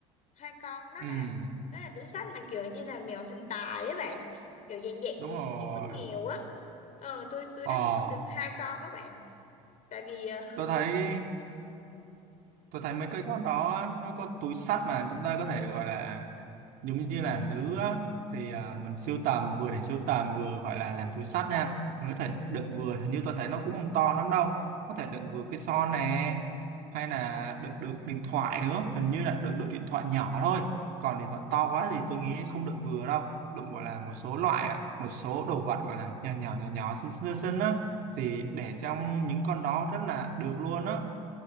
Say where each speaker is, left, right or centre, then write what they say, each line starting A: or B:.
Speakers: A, on the left; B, on the right.
A: Hai con đó
B: Ừm,
A: là đó là túi xách mà kiểu như là mèo thần tài á bạn. Kiểu dạng dạng
B: đúng rồi
A: những con mèo á. Ờ tôi tôi
B: ờ
A: đã mua được hai con các bạn. Tại vì ờ,
B: tôi thấy tôi thấy mấy cái con đó nó có túi xách mà chúng ta có thể gọi là giống như là nữ á, thì à, mình sưu tầm vừa để sưu tầm vừa gọi là làm túi xách nha mình có thể đựng vừa hình như tôi thấy nó cũng không to lắm đâu có thể đựng vừa cái son nè hay là đựng được điện thoại nữa hình như là đựng được điện thoại nhỏ thôi còn điện thoại to quá thì tôi nghĩ không đựng vừa đâu đựng gọi là một số loại một số đồ vật gọi là nhỏ nhỏ nhỏ nhỏ xinh xinh xinh á thì để trong những con đó rất là được luôn á